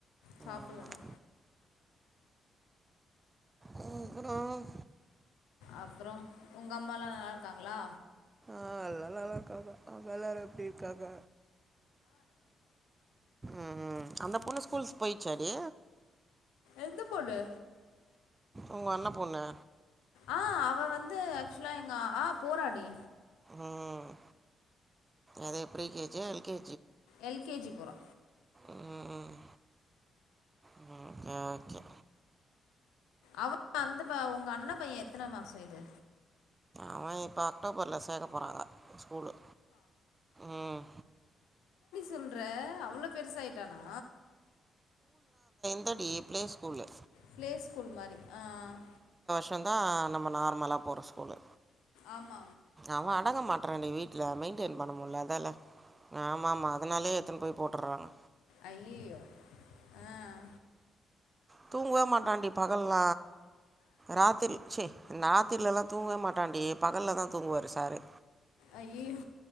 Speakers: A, on the left; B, on the right.
A: சாப்புலன்னா
B: ஆமாம் ம் குரும்
A: அப்பறோ உங்க அம்மாலா நல்லாருக்காங்களா
B: ஆ எல்லாரு நல்லா இருக்காங்க அங்க எல்லாரு எப்டி இருக்காங்க ம் அந்த பொண்ணு ஸ்கூல்ஸ் போயிருச்சாடி
A: எந்த பொண்ணு
B: உங்க அண்ண பொண்ணு
A: ஆஹ் அவ வந்து ஆக்சுவலா எங்க ஆஹ் போராடி
B: ம் எது pre K G L K
A: L K G போரா
B: ம் ம் ம் ஓகே ஓகே
A: அவன் அந்த உங்க அண்ண பையன் எத்தன மாசம் இது
B: அவன் இப்ப அக்டோபர்ல சேக்க போறாங்க ஸ்கூல்லு ம்
A: சொல்ற அவ்ளோ பெருசாயிட்டானா
B: இல்லடி பிளே ஸ்கூல்லு
A: பிளே ஸ்கூல் மாரி ஆஹ்
B: ட்டும் தான் நம்ம நார்மலா போற ஸ்கூலு
A: ஆமா
B: அவன் அடங்க மாட்றான் டீ வீட்டுல மெயின்டெய்ன் பண்ண முட்ல அதால ஆமாமா அதனாலே எடுத்துன்னு போய் போட்டுறாங்க
A: அய்யய்யோ ஆஹ்
B: தூங்கவே மாட்டான்டி பகல்ல ராத்திரி சே நாத்திரிலலாம் தூங்கவே மாட்டான்டி பகல்ல தான் தூங்குவாரு சாரு
A: அயியோ